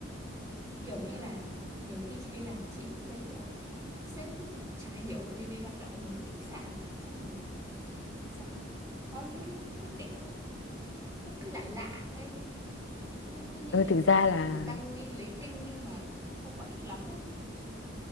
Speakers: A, on the right (about 15°); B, on the left (about 80°).
A: cái kiểu như là nhiều khi chị đi làm chị cũng thấy kiểu sếp cũng chả hiểu gì về hoạt động của bên khách sạn cả. xong rồi xong rồi cũng có những cái quyết định nó nó cứ lạ lạ ấy. nó cứ như
B: ừ,
A: kiểu
B: thực ra
A: là
B: là
A: đường tăng đi lấy kinh nhưng mà không không có ích lắm đâu.